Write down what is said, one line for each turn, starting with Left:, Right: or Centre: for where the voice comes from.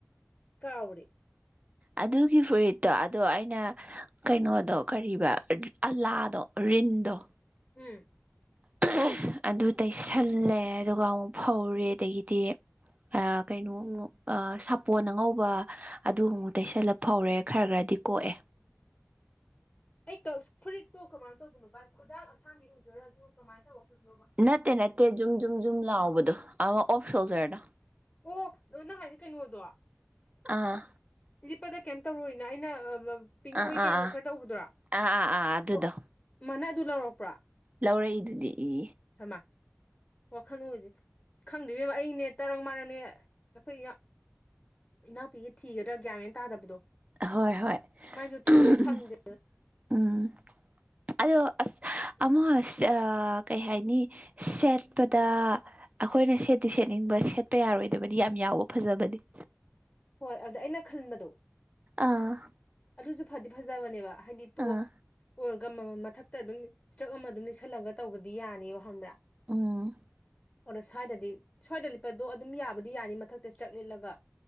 Left: ꯀꯥꯎꯔ‌ꯦ
Right: ꯑꯗꯨꯒꯤ ꯐꯨꯔꯤꯠꯇꯣ ꯑꯗꯣ ꯑꯩꯅ ꯀꯩꯅꯣꯗꯣ ꯀꯔꯤꯕ ꯔ ꯑꯂꯥꯗꯣ ꯔꯤꯟꯗꯣ
Left: ꯎꯝ
Right: <unintelligible> ꯑꯗꯨ ꯇꯩꯁꯜꯂꯦ ꯑꯗꯨꯒ ꯑꯃꯨꯛ ꯐꯧꯔꯤ ꯑꯗꯒꯤꯗꯤ ꯑꯥ ꯀꯩꯅꯣ ꯑꯃꯨꯛ ꯑꯥ ꯁꯥꯄꯣꯟ ꯑꯉꯧꯕ ꯑꯗꯨ ꯑꯃꯨꯛ ꯇꯩꯁꯜꯂ ꯐꯧꯔꯦ ꯈꯔ ꯈꯔꯗꯤ ꯀꯣꯛꯑꯦ
Left: ꯑꯩ ꯀꯁ ꯐꯨꯔꯤꯠꯇꯣ ꯀꯃꯥꯏꯅ ꯇꯧꯕꯅꯣ ꯚꯥꯏ ꯈꯨꯗꯥꯡ ꯑꯁꯥꯡꯕꯤ ꯑꯧꯏꯗ‌ꯣꯏꯔ ꯑꯗꯨꯒ ꯀꯃꯥꯏ ꯇꯧꯕ ꯐꯨꯔꯤꯠꯅ‌ꯣꯕ
Right: ꯅꯠꯇꯦ ꯅꯠꯇꯦ ꯖꯨꯝ ꯖꯨꯝ ꯖꯨꯝ ꯂꯥꯎꯕꯗꯣ ꯑꯃ ꯑꯣꯐ ꯁꯣꯜꯖꯔꯗꯣ
Left: ꯑꯣ ꯑꯣ ꯅꯪ ꯍꯥꯏꯖ‌ꯦ ꯀꯩꯅꯣꯗꯣ
Right: ꯑꯥ
Left: ꯂꯤꯠꯄꯗ ꯀꯦꯝ ꯇꯧꯔ‌ꯣꯏꯅ ꯑꯩꯅ ꯑ ꯑ ꯄꯤꯡ
Right: ꯑꯥ
Left: ꯑꯣꯏ ꯀꯩ
Right: ꯑꯥ
Left: ꯑꯣꯏ
Right: ꯑꯥ
Left: ꯈꯔ ꯇꯧꯕꯗꯨꯔꯣ
Right: ꯑꯥ ꯑꯥ ꯑꯥ ꯑꯗꯨꯗꯣ
Left: ꯐꯣꯠ ꯃ ꯅꯪ ꯑꯗꯨ ꯂꯧꯔꯛꯄ꯭ꯔꯣ
Right: ꯂꯧꯔꯛꯏꯗꯨꯗꯤ ꯏ
Left: ꯍꯃꯥ ꯋꯥꯈꯜ ꯑꯣꯏꯗ‌ꯦ ꯈꯪꯗ‌ꯦ ꯏꯕ‌ꯦꯝꯃ ꯑꯩꯅꯦ ꯇꯔꯪ ꯃꯔꯪꯅꯦ ꯑꯩꯈꯣꯏ ꯌꯥ ꯏꯅꯥꯎꯄꯤꯒꯤ ꯊꯤꯒꯗꯥ ꯒ꯭ꯌꯥꯠꯃꯦꯟ ꯇꯥꯗꯕꯗꯣ
Right: ꯍꯣꯏ ꯍꯣꯏ
Left: ꯃꯥꯏꯁꯨ
Right: <unintelligible>
Left: ꯊꯤꯕꯗ ꯐꯪꯗꯦ
Right: ꯎꯝ ꯑꯗꯣ ꯑꯁ ꯑꯃ ꯑꯁ ꯑꯥ ꯀꯩ ꯍꯥꯏꯅꯤ ꯁꯦꯠꯄꯗ ꯑꯩꯈꯣꯏꯅ ꯁꯦꯠꯇꯤ ꯁꯦꯠꯅꯤꯡꯕ ꯁꯦꯠꯄ ꯌꯥꯔꯣꯏꯗꯕꯗꯤ ꯌꯥꯝ ꯌꯥꯎꯕ ꯐꯖꯕꯗꯤ
Left: ꯍꯣꯏ ꯑꯗꯥ ꯑꯩꯅ ꯈꯟꯕꯗꯣ
Right: ꯑꯥ
Left: ꯑꯗꯨꯁꯨ ꯐꯗꯤ ꯐꯖꯕꯅꯦꯕ ꯍꯥꯏꯗꯤ ꯇꯣꯞ
Right: ꯑꯥ
Left: ꯑꯣꯏ ꯒ ꯃꯊꯛꯇ ꯑꯗꯨꯝ ꯏꯁꯇ꯭ꯔꯛ ꯑꯃ ꯑꯗꯨꯝ ꯂꯩꯁꯜꯂꯒ ꯇꯧꯕꯗꯤ ꯌꯥꯅꯤꯕ ꯈꯪꯕ꯭ꯔꯥ
Right: ꯎꯝ
Left: ꯑꯗꯣ ꯁ꯭ꯋꯥꯏꯗꯗꯤ ꯁ꯭ꯋꯥꯏꯗ ꯂꯤꯠꯄꯗꯣ ꯑꯗꯨꯝ ꯌꯥꯕꯨꯗꯤ ꯌꯥꯅꯤ ꯃꯊꯛꯇ ꯏꯁꯇ꯭ꯔꯛ ꯂꯤꯠꯂꯒ